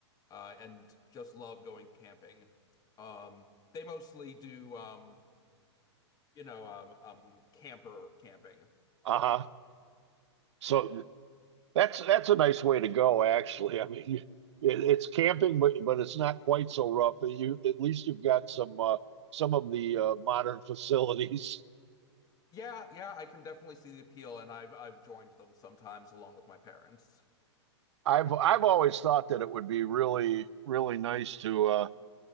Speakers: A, on the left; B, on the right.
A: uh, and just love going camping. Um, they mostly do, um, you know, um, um, camper camping,
B: Uh-huh.
A: though.
B: So that's that's a nice way to go, actually. I mean, <laughs> you, it, it's camping, but but it's not quite so rough. You at least you've got some uh, some of the uh, modern <laughs> facilities.
A: Yeah, yeah, I can definitely see the appeal, and I've I've joined them sometimes along with my parents.
B: I've I've always thought that it would be really really nice to uh,